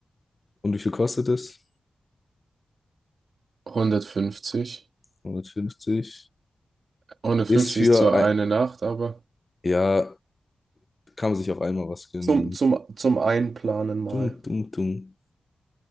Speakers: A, on the left; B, on the right.
A: Und wie viel kostet es?
B: hundertfünfzig.
A: hundertfünfzig
B: Hundertfünfzig
A: Ist für
B: ist zwar
A: ein,
B: eine Nacht, aber
A: ja, kann man sich auch einmal was gönnen
B: zum,
A: dann.
B: zum, zum Einplanen mal.
A: Dumm, dumm, dumm.